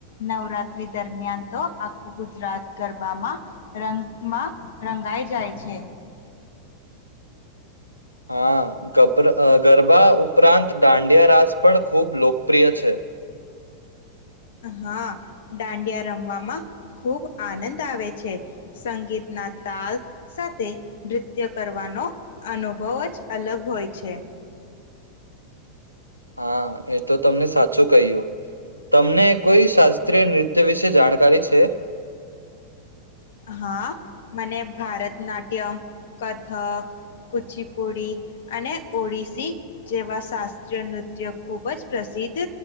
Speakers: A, on the left (about 55°); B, on the right (about 90°).
A: નવરાત્રી દરમિયાન તો આખું ગુજરાત ગરબામાં રંગમાં રંગાઈ જાય છે.
B: હા ગ ગરબા ઉપરાંત દાંડિયા રાસ પણ ખૂબ લોકપ્રિય છે.
A: હા દાંડિયા રમવામાં ખુબ આનંદ આવે છે સંગીતના તાલ સાથે નૃત્ય કરવાનો અનુભવ જ અલગ હોય છે.
B: હા એ તો તમને સાચું કહ્યું તમને કોઈ શાસ્ત્રીય નૃત્ય વિશે જાણકારી છે.
A: હા મને ભારતનાટ્યમ કથક કુચીપુડી અને ઓડિશસી જેવા શાસ્ત્રીય નૃત્ય ખૂબ જ પ્રસિદ્ધ